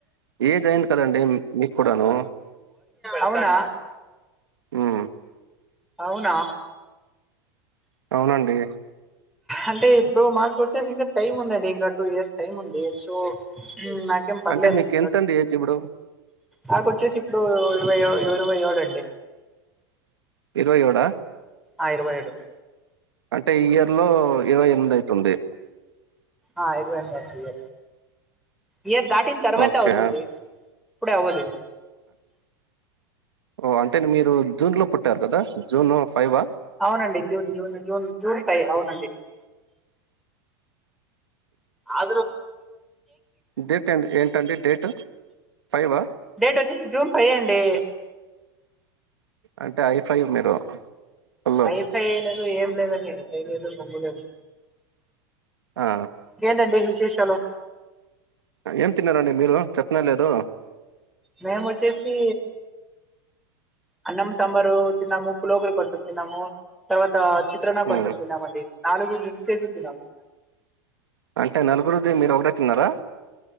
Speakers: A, on the right; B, in the centre.
A: ఏజ్ అయింది కదండి మీకు మీకూడాను
B: అవునా
A: ఆ
B: అవునా
A: అవునండి
B: అంటే ఇప్పుడు మాకు వచ్చేసి ఇంకా టైం ఉందండి ఇంకా టూ ఇయర్స్ టైం ఉంది సో నాకేం పర్లేదండి
A: అంటే మీకు ఎంతండి
B: కట్టు
A: ఏజ్ ఇప్పుడు?
B: నాక వచ్చేసి ఇప్పుడు ఇరవై ఇరవై ఓడు అండి
A: ఇరవై ఓడా
B: ఆ ఇరవైఏడు
A: అంటే ఇయర్ లో ఇరవై ఎనిమిది అయితుంది
B: ఆ ఇరవై ఎని ఇయర్ ఇయర్ దాటిన తర్వాత
A: ఓకే.
B: అవుతుంది ఇప్పుడే అవ్వదు
A: ఓ అంటే మీరు జూన్ లో పుట్టారు కదా జూను ఫైవ్
B: అవునండి జూన్ జూన్ జూన్ జూన్ పై అవునండి ఆ
A: డేట్ ఏ ఏంటండి డేట్ ఫైవ్
B: డేట్ వచ్చేసి జూన్ పై అండి
A: అంటే ఐఫైవ్ మీరు ఫుల్లు.
B: ఐఫై లేదు ఏం లేదండి అఐఫై లేదు పమ్ంగ లేదు
A: ఆ!
B: కేంటండి విశేషాలు
A: ఏం తిన్నారండి మీరు చెప్పిన లేదు
B: మేము వచ్చేసి అన్నం సాబారు టీన్నాము పులుగురుకొ తురు తన్నాము తర్వాత చిత్రణ
A: హ్మ్.
B: కొంచెం తిన్నామండి నాలుగు మిక్స్ చేసి తిన్నాము
A: అంటే నలుగురుది మీరు ఒకటే తిన్నారా